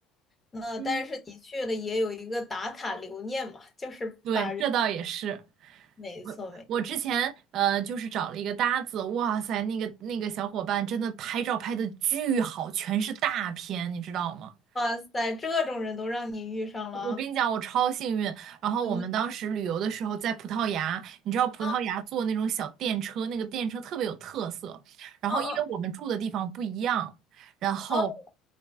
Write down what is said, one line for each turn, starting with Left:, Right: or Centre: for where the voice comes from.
Left: 那但是你去了也有一个打卡留念嘛，
Right: 嗯，
Left: 就是把人，
Right: 对，这倒也是。
Left: 没错没错。
Right: 我我之前呃，就是找了一个搭子，哇塞，那个那个小伙伴真的拍照拍的巨好，全是大片，你知道吗？
Left: 哇塞，这种人都让你遇上了。
Right: 我跟你讲，我超幸运。然后我们当时旅游的时候在葡萄牙，
Left: 嗯
Right: 你知道葡萄牙坐那种小电车，
Left: 嗯
Right: 那个电车特别有特色。然后因为我们住的地方不一样，
Left: 嗯
Right: 然后
Left: 嗯